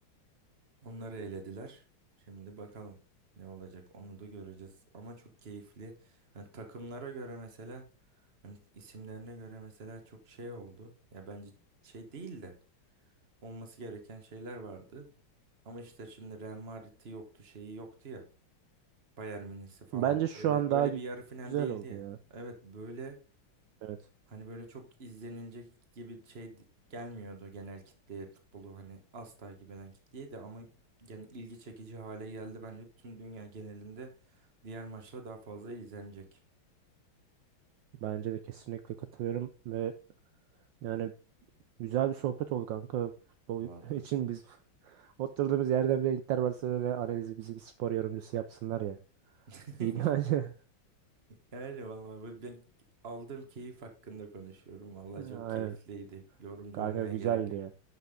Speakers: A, on the right; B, on the right.
A: Onları elediler. Şimdi bakalım ne olacak onu da göreceğiz. Ama çok keyifli. Hani takımlara göre mesela hani isimlerine göre mesela çok şey oldu. Ya bence şey değil de olması gereken şeyler vardı. Ama işte şimdi Real Madrid'i yoktu, şeyi yoktu ya. Bayern Münih'si falan
B: Bence şu
A: öyle
B: an
A: öyle
B: daha gü-
A: bir yarı final
B: güzel
A: değildi
B: oldu
A: ya.
B: ya.
A: Evet böyle
B: Evet.
A: Hani böyle çok izlenilecek gibi şey d- gelmiyordu genel kitleye futbolu hani az takip eden kitleye de ama yani ilgi çekici hale geldi bence tüm dünya genelinde diğer maçlar daha fazla izlenecek.
B: Bence de kesinlikle katılıyorum ve yani güzel bir sohbet oldu kanka. Futbol
A: Vallahi.
B: <laughs> için biz oturduğumuz yerden bile Inter Barcelona analizi bizi bir spor yorumcusu yapsınlar ya.
A: <laughs>
B: İyi <laughs> bence.
A: Yani vallahi ben aldığım keyif hakkında konuşuyorum. Vallahi
B: Aynen.
A: çok keyifliydi. Yorumcu
B: Kanka
A: olmaya
B: güzeldi
A: gerek yok.
B: ya.